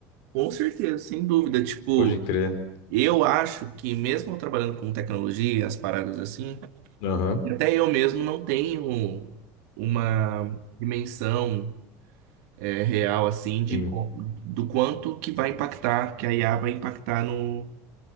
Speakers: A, on the right; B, on the left.
A: com certeza, sem dúvida. Tipo,
B: Pode crer.
A: eu acho que mesmo eu trabalhando com tecnologia, as paradas assim,
B: Aham.
A: até eu mesmo não tenho uma dimensão é, real, assim, de,
B: Sim.
A: co- do quanto que vai impactar, que a IA vai impactar no,